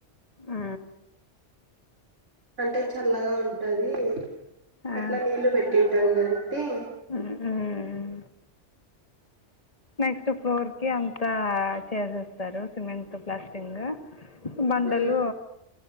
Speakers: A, on the left (about 30°); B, on the right (about 85°).
A: ఆ
B: అంటే చల్లగా ఉంటది
A: ఆ
B: ఎట్లా నీళ్లు పెట్టుంటారు కంటీ
A: ఆ నెక్స్ట్ ఫ్లోర్ కి అంతా చేసేస్తారు సిమెంట్ ప్లాస్టింగ్ బండలు
B: ఉమ్.